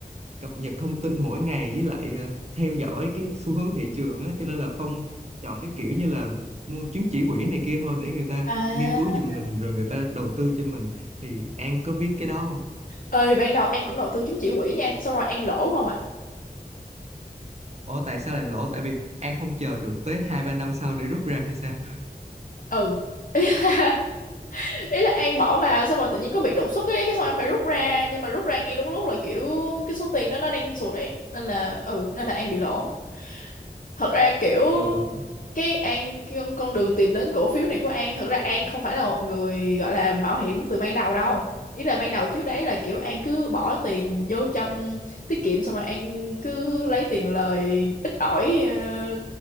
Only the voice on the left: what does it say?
à
ơi ban đầu An cũng đầu tư chứng chỉ quỹ nha xong rồi An lỗ không ạ
ừ ý là, <laughs> ý là An bỏ vào xong rồi tự nhiên có việc đột xuất ấy cái xong An phải rút ra nhưng mà rút ra ngay đúng lúc là kiểu cái số tiền đó nó đang sụt ấy nên là ừ nên là An bị lỗ thật ra kiểu
cái An cái con, con đường tìm đến cổ phiếu này của An thật ra An không phải là một người gọi là mạo hiểm từ ban đầu đâu ý là ban đầu trước đấy là kiểu An cứ bỏ tiền vô trong tiết kiệm xong rồi An cứ lấy tiền lời ít ỏi ờ,